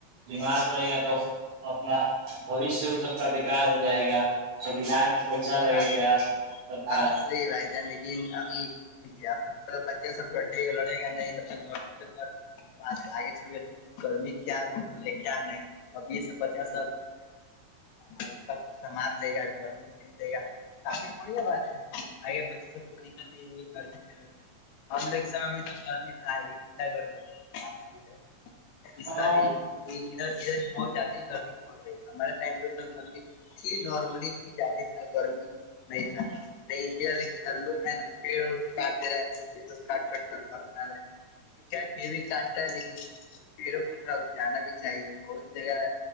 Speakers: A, on the right (about 85°); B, on the left (about 80°).
A: بیمار پڑے گا تو اپنا بوشیہ اس سب کا بیکار ہو جائے گا سب علاج پیسہ لگے
B: بھائی
A: گا سب کا
B: بس یہی بھائی جان لیکن ابھی جب سب تو بچے سب ڈٹےا لڑے گا نہیںب گ آگے چل گرمی کیا روپ ہے کیا نہیں ابھی سے بچا سب ایسا کو سنار لے گا گرمی ے گا کافی بڑھیا بات ہے آگے بچے سب کو دقت نہیں ہوی گرمی چلنے میں ہمم لو کے سمے میں بھی تو گرمی تھا لیکن اتنا گرمی نہیں ہے قصہ
A: تمام
B: ہے تو ادھر ادھر بہت زیادہ ہی گرمی پڑ رہی ہے ہمارے ٹائم پ انا گرمی تھی نارملی تھی زیادہ اتنا گرمی نہیں تھا نہیںیک لوگ ہے نا پڑ کاٹ دے رہا ہے لوگ پڑ کاٹ کرٹ کر گھر بنا رہے ٹھیک ہے پڑ بھی کاٹ رہ ہے لیکن پڑوں کو تھوڑا جانا بھی چاہیے بہت جگہ ہے